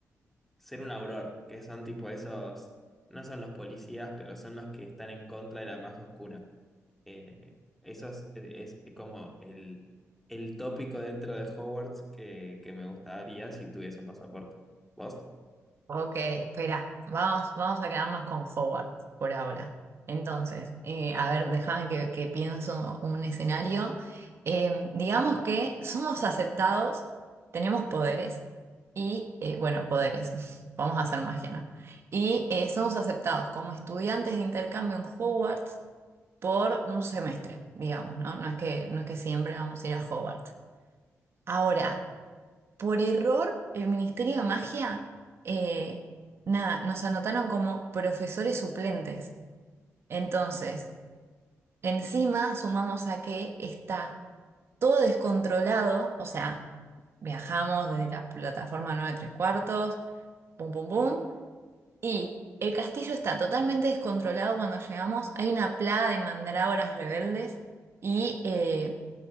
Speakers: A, in the centre; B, on the right.
A: ser un auror, que son tipo esos, no son los policías, pero son los que están en contra de la magia oscura. Eh, eso es, es eh, como el, el tópico dentro de Hogwarts que, que me gustaría si tuviese un pasaporte. ¿Vos?
B: Ok, espera, vamos, vamos a quedarnos con Howard por ahora. Entonces, eh, a ver, déjame que, que pienso un escenario. Eh, digamos que somos aceptados, tenemos poderes y, eh, bueno, poderes, <laughs> vamos a hacer magia, ¿no? Y eh, somos aceptados como estudiantes de intercambio en Hogwarts por un semestre, digamos, ¿no? No es que, no es que siempre vamos a ir a Hogwarts. Ahora, por error, el Ministerio de Magia, eh, nada, nos anotaron como profesores suplentes. Entonces, encima sumamos a que está todo descontrolado, o sea, viajamos desde la plataforma nueve tres cuartos, pum, pum, pum, y el castillo está totalmente descontrolado cuando llegamos. Hay una plaga de mandrágoras rebeldes y... eh,